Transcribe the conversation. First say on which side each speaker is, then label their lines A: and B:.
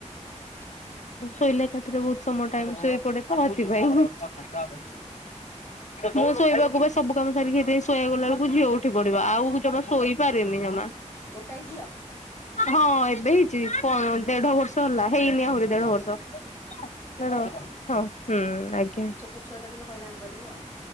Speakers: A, on the left; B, on the left.
A: ହୁଁ
B: ଶୋଇଲା କତିରେ ବହୁତ ସମୟ ଟାଇମ ଶୋଇ ପଡେ ତ ରାତି ପାଇଁ ଆ
A: ହୁଁ ହୁଁ
B: ମୁଁ ଶୋଇବାକୁ ବା ସବୁ କାମ ସାରିାଇି ଶୋଇବା ଗଲା ବବେଳକୁ ଝିଅ ଉଠି ପଡ ଆଉ ଜମା ଶୋଇପାରିନି ଜମା
A: ଗୋଟା ହେଇ ଯିବ
B: ହଁ ଏବେ ହେଇଛି ଦେଢ ବର୍ଷ ଲା ହେଇନି ଆହୁରି
A: ଓହୋ।
B: ଦେଢଷଢ
A: ଓହୋ
B: ହଁ ହୁଁ ଆଜ୍ଞା
A: ଏ ଛୋଟ ଛୁଆ ତ ଟିକେ ହଇରା କରିବି ଆଉ